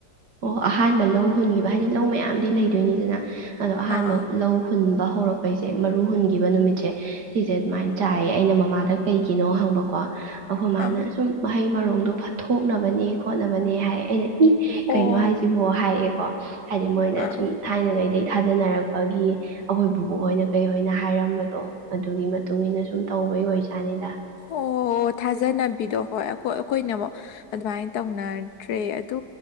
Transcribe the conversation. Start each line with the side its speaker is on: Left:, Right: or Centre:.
Right: ꯑꯣ ꯑꯍꯥꯟꯕ ꯂꯧ ꯍꯨꯟꯒꯤꯕ ꯍꯥꯏꯗꯤ ꯂꯧ ꯃꯌꯥꯝꯗꯤ ꯂꯩ ꯗꯣꯏꯅꯤꯅ ꯑꯗꯣ ꯑꯍꯥꯟꯕ
Left: ꯑꯥ
Right: ꯂꯧ ꯍꯨꯟꯕ ꯍꯧꯔꯛ ꯄꯩꯖꯦ ꯃꯔꯨ ꯍꯨꯟꯒꯤꯕ ꯅꯨꯃꯤꯠꯁꯦ ꯁꯤꯖꯦ ꯑꯗꯨꯃꯥꯏ ꯆꯥꯏꯌꯦ ꯑꯩꯅ ꯃꯃꯥꯗ ꯀꯩꯒꯤꯅꯣ ꯍꯪꯕ ꯀꯣ ꯑꯈꯣꯃꯥꯅ
Left: ꯑꯥ
Right: ꯁꯨꯝ ꯃ ꯍꯩ ꯃꯔꯣꯡꯗꯣ ꯐꯠ ꯇꯣꯛꯅꯕꯅꯦ ꯈꯣꯠꯅꯕꯅꯦ ꯍꯥꯏ ꯑꯩꯅ <unintelligible>
Left: ꯑꯣ
Right: ꯀꯩꯅꯣ ꯍꯥꯏꯖꯤꯕꯣ ꯍꯥꯏꯌꯦ ꯀꯣ ꯍꯥꯏꯗꯤ ꯃꯣꯏꯅ
Left: ꯑꯥ
Right: ꯁꯨꯝ ꯊꯥꯏꯅꯉꯩꯗꯩ ꯊꯥꯖꯅꯔꯛꯄꯒꯤ ꯑꯈꯣꯏ ꯕꯨꯕꯣꯛ ꯍꯣꯏꯅ ꯀꯩꯍꯣꯏꯅ ꯍꯥꯏꯔꯝꯕꯗꯣ ꯑꯗꯨꯒꯤ ꯃꯇꯨꯡ ꯏꯟꯅ ꯁꯨꯝ ꯇꯧꯕꯒꯤ ꯑꯣꯏꯖꯥꯠꯅꯤꯗ
Left: ꯑꯣ ꯊꯥꯖꯅꯕꯤꯗꯣ ꯍꯣꯏ ꯑꯈꯣꯏ ꯑꯈꯣꯏꯅ ꯑꯃꯨꯛ ꯑꯗꯨꯃꯥꯏꯅ ꯇꯧꯅꯗ꯭ꯔꯦ ꯑꯗꯨ